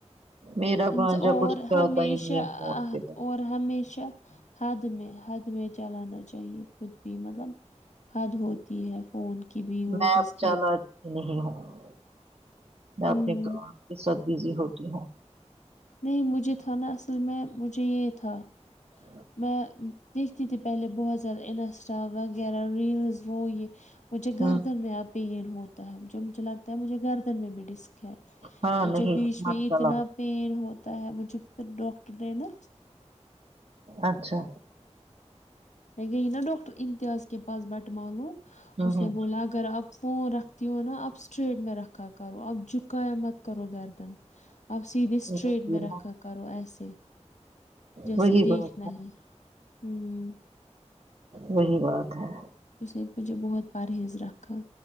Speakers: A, on the right; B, on the left.
A: میرا
B: ان
A: بانجا
B: اور
A: کچھ کہتا
B: ہمیشہ
A: ہی نہیں ہے فون
B: آہ
A: پہ
B: اور ہمیشہ حد میں حد میں چلانا چاہیے خود بھی مطلب حد ہوتی ہے فون کی بھی یوز
A: میں اب
B: اس کی
A: چلاتی نہیں ہوں
B: ہوں
A: میں اپنے کام کے ساتھ بزی ہوتی ہوں
B: امم مجھے تھا نا اصل میں مجھے یہ تھا
A: ہ
B: میں دیکھتی تھی پہلے بہت زیادہ انسٹا وغیرہ ریلز وہ یہ مجھے گردن
A: ہوں
B: میں آتے ہے ہوتا ہے جو مجھے لگتا ہے مجھے گردن میں بھی ڈسک ہے
A: ہاں
B: مجھے
A: نہیں
B: بیچ میں
A: مت
B: اتنا
A: چلاؤ
B: پین ہوتا ہے مجھے پھر ڈاکٹر نے نا
A: اچھا
B: میں گئی نا ڈاکٹر امتیاز کے پاس بٹ معلوم
A: ہوں
B: اس
A: ہوں
B: نے بولا اگر آپ فون رکھتی ہو نا آپ اسٹریٹ میں رکھا کرو آپ جھوکایا مت کرو گردن اب سیدھے اسٹریٹ
A: وہی
B: میں
A: نا،
B: رکھا کرو ایسے جیسے
A: وہی
B: دیکھنا
A: بات
B: ہے ہوں
A: وہی بات ہے
B: اس نے مجھے بہت پرہیز رکھا